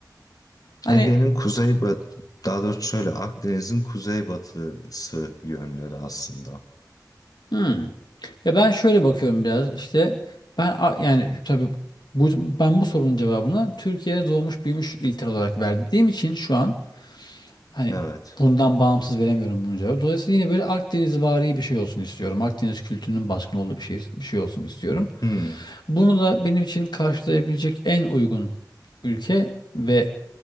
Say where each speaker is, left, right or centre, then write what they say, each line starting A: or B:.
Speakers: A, on the left; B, on the left.
A: hani
B: Ege'nin kuzeybatı, daha doğrusu şöyle Akdeniz'in kuzeybatısı yönleri aslında.
A: Hmm. Ya ben şöyle bakıyorum biraz işte ben a- yani tabii bu, ben bu sorunun cevabını Türkiye'de doğmuş büyümüş ilter olarak verdiğim için şu an hani
B: Evet.
A: bundan bağımsız veremiyorum bunun cevabı. Dolayısıyla yine böyle Akdeniz vari bir şey olsun istiyorum. Akdeniz kültürünün baskın olduğu bir şey bir şey olsun istiyorum.
B: Hmm,
A: Bunu da benim için karşılayabilecek en uygun ülke ve